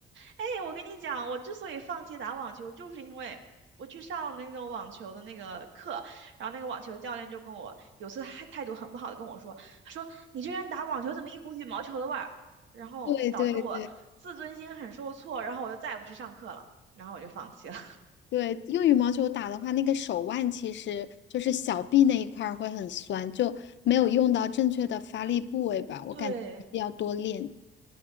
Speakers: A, on the right; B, on the left.
A: 哎，我跟你讲，我之所以放弃打网球，就是因为我去上那个网球的那个课，然后那个网球教练就跟我有次还态度很不好的跟我说，他说你居然打网球怎么一股羽毛球的味儿，然后导致我自尊心很受挫，
B: 对对对
A: 然后我就再也不去上课了，然后我就放弃了。<laughs>
B: 对，用羽毛球打的话，那个手腕其实就是小臂那一块儿会很酸，就没有用到正确的发力部位吧，我感觉还是要多练。
A: 对，